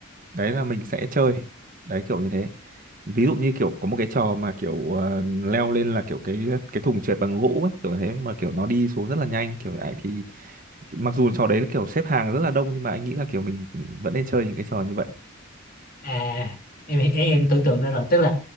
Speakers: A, on the right; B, on the left.
A: đấy là mình sẽ chơi đấy kiểu như thế ví dụ như kiểu có một cái trò mà kiểu ờ, leo lên là kiểu cái cái thùng trượt bằng gỗ ấy kiểu thế mà kiểu nó đi xuống rất là nhanh kiểu ấy thì mặc dù trò đấy là kiểu xếp hàng rất là đông nhưng mà anh nghĩ là kiểu mình vẫn nên chơi những cái trò như vậy
B: À em em, em tưởng tượng ra rồi, tức là